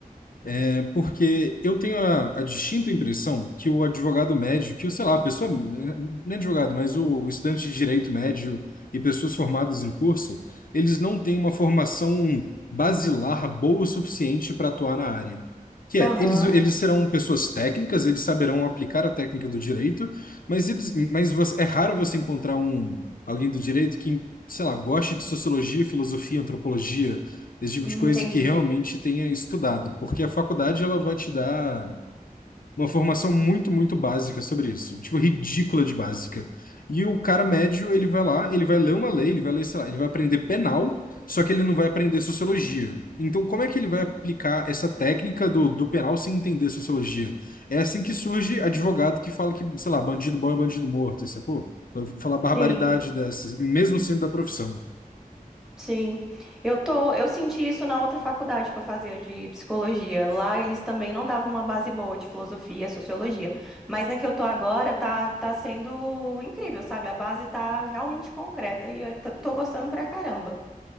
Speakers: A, on the left; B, in the centre.
A: É, porque eu tenho a, a distinta impressão que o advogado médio, que, o, sei lá, a pessoa, nem advogado, mas o, o estudante de direito médio e pessoas formadas em curso, eles não têm uma formação basilar boa o suficiente para atuar na área. Que
B: Aham.
A: é, eles, eles serão pessoas técnicas, eles saberão aplicar a técnica do direito, mas, eles, mas você- é raro você encontrar um, alguém do direito que, sei lá, goste de sociologia, filosofia, antropologia esse tipo
B: Hum,
A: de coisa
B: Entendi.
A: que realmente tenha estudado, porque a faculdade ela vai te dar uma formação muito, muito básica sobre isso, tipo, ridícula de básica. E o cara médio, ele vai lá, ele vai ler uma lei, ele vai ler, sei lá, ele vai aprender penal, só que ele não vai aprender sociologia. Então, como é que ele vai aplicar essa técnica do, do penal sem entender sociologia? É assim que surge advogado que fala que, sei lá, bandido bom é bandido morto, sacou? Vai Falar barbaridade
B: Sim,
A: dessas, mesmo sendo da profissão.
B: sim. Eu tô, eu senti isso na outra faculdade que eu fazia de psicologia. Lá eles também não davam uma base boa de filosofia, sociologia. Mas na que eu tô agora tá, tá sendo incrível, sabe? A base tá realmente concreta e eu tô tô gostando pra caramba.